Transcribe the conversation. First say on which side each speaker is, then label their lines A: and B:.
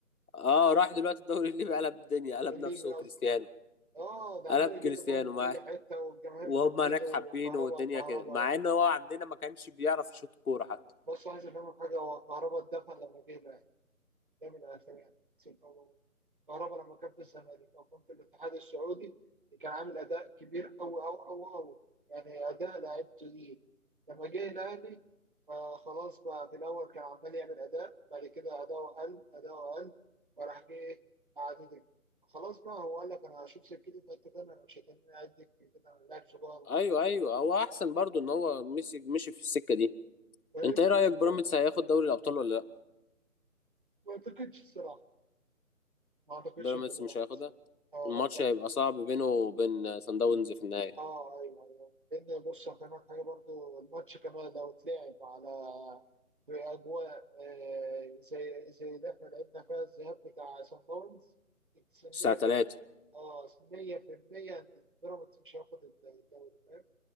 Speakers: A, on the left; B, on the right.
A: اه راح دلوقتي الدوري الليبي قلب الدنيا قلب
B: الليبي
A: نفسه
B: قصدي
A: كريستيانو
B: اه ده
A: قلب
B: عمال
A: كريستيانو
B: يجيب جون من
A: مع
B: كل حته والجماهير
A: وهم
B: حبته
A: هناك
B: وكهرباء
A: حابينه والدنيا
B: كهرباء
A: كده مع ان هو عندنا ما كانش بيعرف يشوط كوره حتى
B: بص عايز افهمك حاجه هو كهرباء اتدفن لما جه دايما اهلاوي يعني نسيت والله كهربا لما كان في الزمالك او كان في الاتحاد السعودي كان عامل اداء كبير قوي قوي قوي قوي يعني اداء لعيبته دي لما جه الاهلي فخلاص بقى في الاول كان عمال يعمل اداء بعد كده اداؤه قل اداؤه قل وراح جه إيه؟ قعد دكة خلاص بقى هو قال لك انا هشوف سكتي في حته تانيه انا مش هتنين قاعد دكة كده انا لاعب صغير وبتاع
A: ايوه ايوه هو احسن برضو ان هو مشي مشي في السكه دي
B: فاهم
A: انت ايه رايك بيراميدز هياخد دوري الابطال ولا لا
B: ما اعتقدش الصراحه ما اعتقدش
A: بيراميدز
B: ان بيراميدز
A: مش هياخدها
B: اه
A: الماتش هيبقى صعب بينه وبين سان داونز في النهائي
B: اه ايوه ايوه لان بص هفهمك حاجه برضو الماتش كمان لو اتلعب على في اجواء آه زي زي اللي احنا لعبنا فيها الذهاب بتاع سان داونز 100%
A: الساعه 3
B: في اه 100% ان بيراميدز مش هياخد الدوري فاهم